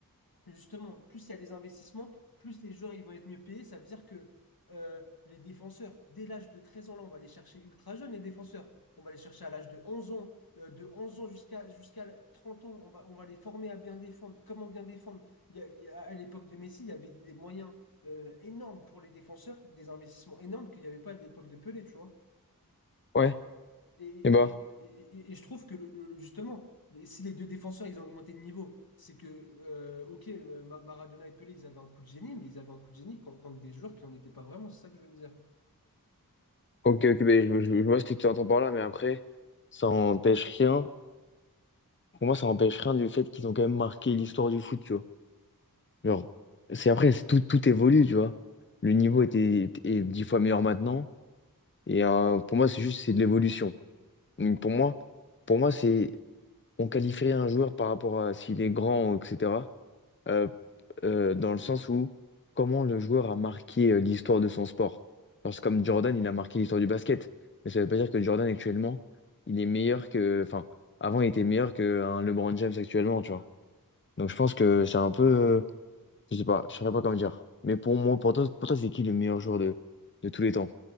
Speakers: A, on the left (about 80°); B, on the left (about 35°).
A: Justement, plus il y a des investissements, plus les joueurs ils vont être mieux payés. Ça veut dire que euh, les défenseurs, dès l'âge de 13 ans, là, on va les chercher ultra jeunes, les défenseurs. On va les chercher à l'âge de 11 ans, euh, de 11 ans jusqu'à jusqu'à 30 ans. On va, on va les former à bien défendre. Comment bien défendre? Il y a- il y a- à l'époque de Messi, il y avait des moyens euh, énormes pour les défenseurs, des investissements énormes qu'il n'y avait pas à l'époque de Pelé, tu vois.
B: ouais.
A: Et, et-
B: Et bah,
A: et- et- et je trouve que le- le- justement, si les deux défenseurs ils ont augmenté de niveau, c'est que, euh, ok, euh, Ma- Maradona et Pelé, ils avaient un coup de génie, mais ils avaient un coup de génie quand- contre des joueurs qui n'en étaient pas vraiment, c'est ça que je veux dire.
B: ok, ok, ben, je, je- je vois ce que tu entends par là, mais après, ça empêche rien. Pour moi, ça empêche rien du fait qu'ils ont quand même marqué l'histoire du foot, tu vois. Genre, c'est après, c'est tout, tout évolue, tu vois. Le niveau était, est dix fois meilleur maintenant. Et euh, pour moi, c'est juste, c'est de l'évolution. Donc, Pour moi, pour moi, c'est on qualifierait un joueur par rapport à s'il est grand, etc. euh, euh, dans le sens où comment le joueur a marqué euh, l'histoire de son sport. Genre, c'est comme Jordan, il a marqué l'histoire du basket. Mais ça ne veut pas dire que Jordan actuellement, il est meilleur que. Enfin, avant, il était meilleur qu'un LeBron James actuellement, tu vois. Donc je pense que c'est un peu. euh, je sais pas, je saurais pas comment dire. Mais pour moi, pour toi, pour toi, c'est qui le meilleur joueur de, de tous les temps?